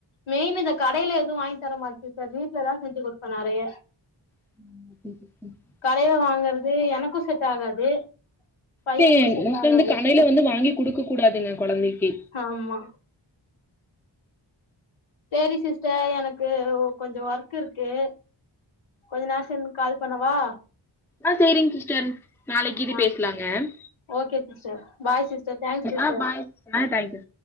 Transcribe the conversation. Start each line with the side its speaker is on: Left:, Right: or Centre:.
Left: மெயினு இந்தக் கடைல எதுவு வாய்ங்த் தர மாட் சிஸ்டர் வீட்லதா செஞ்சு குடுப்பே நெறைய
Centre: <inaudible>
Left: கடைல வாங்கறது எனக்கு செட் ஆகாது பையனுக்கு
Centre: டே
Left: செட்
Centre: மோஸ்ட்லி
Left: ஆகாது
Centre: வந்துக் கடைல வந்து வாங்கிக் குடுக்க கூடாதுங்க கொழந்தைக்கி
Left: ஹாம்மா சேரி சிஸ்டர் எனக்கு ஒ கொஞ்சோ ஒர்க் இருக்கு கொஞ்ச நேரோ சென் கால் பண்ணவா
Centre: ஆ சேரிங் சிஸ்டர் நாளைக்கீது
Left: ஆ
Centre: பேச்லாங் ஏம்
Left: okay sister bye sister thanks சிஸ்டர்
Centre: ஆ பாய் ஆ தேங்க்யூ